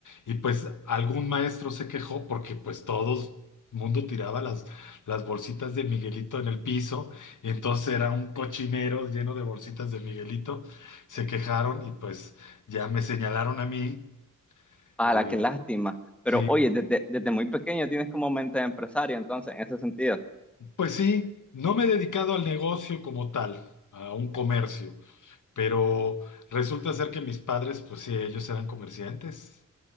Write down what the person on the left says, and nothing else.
Y pues algún maestro se quejó porque pues todos mundo tiraba las, las bolsitas de Miguelito en el piso. Y entonces era un cochinero lleno de bolsitas de Miguelito. Se quejaron y pues ya me señalaron a mí.
eh,
sí,
Pues sí, no me he dedicado al negocio como tal, a un comercio, pero resulta ser que mis padres, pues sí, ellos eran comerciantes.